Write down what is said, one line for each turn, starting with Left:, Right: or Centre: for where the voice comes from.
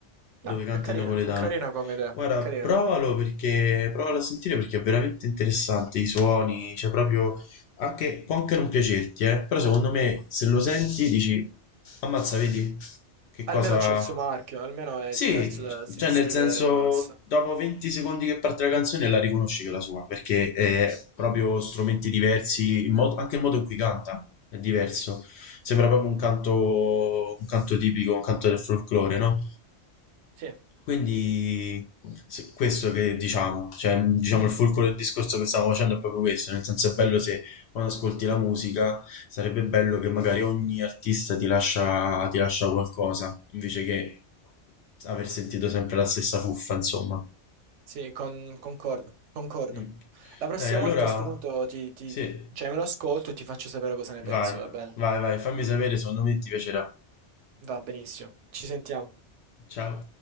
Left: dove
Right: No,
Left: canta
Right: è carina,
Left: in napoletano.
Right: è carina come idea,
Left: Guarda,
Right: è carina.
Left: provalo perché, provalo a sentire perché è veramente interessante i suoni, cioè proprio, anche, può anche non piacerti, eh, però secondo me se lo senti dici, Ammazza, vedi che
Right: Almeno
Left: cosa...
Right: c'è il suo marchio, almeno è
Left: Sì,
Right: diverso da, si
Left: cioè
Right: distingue
Left: nel senso,
Right: dalle masse.
Left: dopo 20 secondi che parte la canzone la riconosci che è la sua, perché è proprio strumenti diversi, il modo- anche il modo in cui canta è diverso. Sembra proprio un canto, un canto tipico, un canto del folklore, no?
Right: Sì.
Left: Quindi se- questo che diciamo, cioè diciamo il fulcro del discorso che stavo facendo è proprio questo, nel senso è bello se quando ascolti la musica Sarebbe bello che magari ogni artista ti lascia, ti lascia qualcosa, invece che aver sentito sempre la stessa fuffa, insomma.
Right: Sì, con- concordo, concordo.
Left: Mm.
Right: La prossima
Left: Dai, allora,
Right: volta a sto punto ti, ti-
Left: sì,
Right: cioè me lo ascolto e ti faccio sapere cosa ne penso,
Left: vai,
Right: va bene?
Left: vai, vai, fammi sapere, secondo me ti piacerà.
Right: Va benissimo. Ci sentiamo.
Left: Ciao.